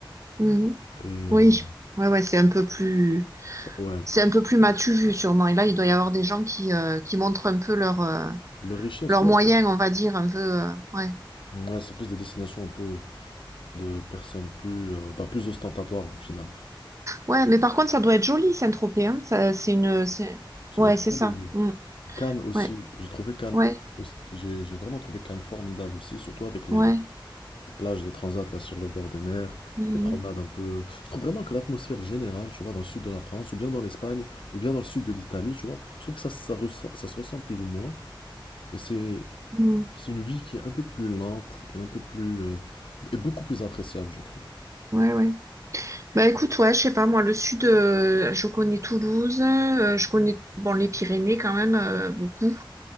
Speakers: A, on the right; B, on the left.
A: Mhm.
B: Et euh,
A: Oui, ouais, ouais. C'est un peu plus,
B: ouais,
A: c'est un peu plus matu vu sûrement. Et là, il doit y avoir des gens qui euh, qui montrent un peu leur euh,
B: leur richesse,
A: leurs
B: ouais,
A: moyens,
B: c'est
A: on va dire, un peu. euh, ouais.
B: ouais, c'est plus des destinations un peu de personnes plus, euh, bah, plus ostentatoires au final.
A: Ouais, mais par contre, ça doit être joli, Saint-Tropez. Hein. Ça, c'est une. c'est-
B: C'est
A: Ouais,
B: une très
A: c'est ça.
B: belle ville.
A: Mm.
B: Cannes aussi,
A: Ouais,
B: j'ai trouvé Cannes,
A: ouais,
B: aussi- j'ai j'ai vraiment trouvé Cannes formidable aussi, surtout avec les,
A: ouais.
B: les plages, les transats là sur le bord des mers,
A: Mm.
B: les promenades un peu. Je trouve vraiment que l'atmosphère générale, tu vois, dans le sud de la France, ou bien dans l'Espagne, ou bien dans le sud de l'Italie, tu vois, je trouve que ça, ça, ressent- ça se ressent plus ou moins. Et c'est
A: Mm.
B: c'est une vie qui est un peu plus lente et un peu plus euh, et beaucoup plus appréciable, je trouve.
A: Ouais, ouais. Bah écoute, ouais, je sais pas, moi, le sud, euh, je connais Toulouse, euh, je connais bon les Pyrénées quand même euh, beaucoup.